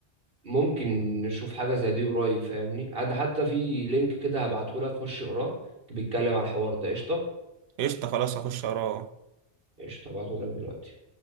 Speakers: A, on the right; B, on the right.
A: ممكن نشوف حاجة زي دي قريب فاهمني عاد حتى في لينك كده هبعته لك خش اقراه بيتكلم على الحوار ده قشطة
B: قشطه خلاص هخش اقراه
A: قشطة هبعته لك دلوقتي